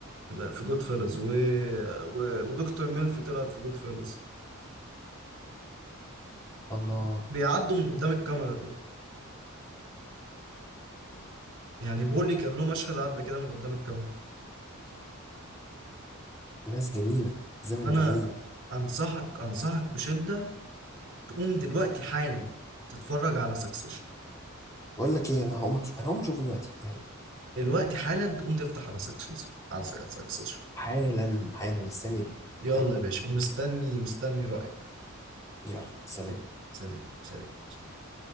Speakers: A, on the right; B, on the left.
A: في جود فيلز و... و... ودكتور ميلفي طلعت في جود فيلز
B: الله
A: بيعدوا من قدام الكاميرا كده يعني بولي كان له مشهد عدى كده من قدام الكاميرا
B: ناس جميلة زمن
A: فانا
B: جميل
A: انصحك انصحك بشدة تقوم دلوقتي حالا تتفرج على سكسيشن
B: بقول لك ايه انا هقوم أتش- انا هقوم اشوفه دلوقتي يلا
A: دلوقتي حالا تقوم تفتح على سكسيشن على سكسيشن
B: حالا حالا الثانية دي
A: يلا
B: يلا
A: يا باشا ومستني مستني رأيك
B: يلا سلام
A: يلا سلام سلام سلام